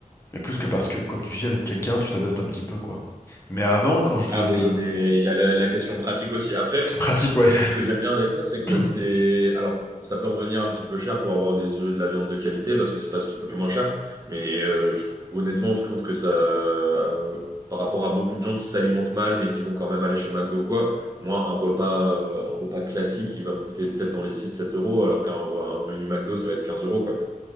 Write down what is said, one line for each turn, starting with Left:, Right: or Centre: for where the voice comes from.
Left: mais plus que parce que quand tu vis avec quelqu'un, tu t'adaptes un petit peu, quoi. Mais avant, quand je
Right: Après, il y a, des- il y a la, la question pratique aussi. Après,
Left: <coughs> pratique, ouais.
Right: Ce que j'aime bien avec ça, c'est que
Left: <clears throat>
Right: c'est. Alors, ça peut revenir un petit peu cher pour avoir des œufs et de la viande de qualité, parce que c'est pas ce qui coûte le moins cher. Mais euh, je- honnêtement, je trouve que ça. euh, par rapport à beaucoup de gens qui s'alimentent mal, mais qui vont quand même aller chez McDo ou quoi, moi, un repas, euh, un repas classique, il va me coûter peut-être dans les 6 sept euros, alors qu'un un menu McDo, ça va être 15 euros, quoi.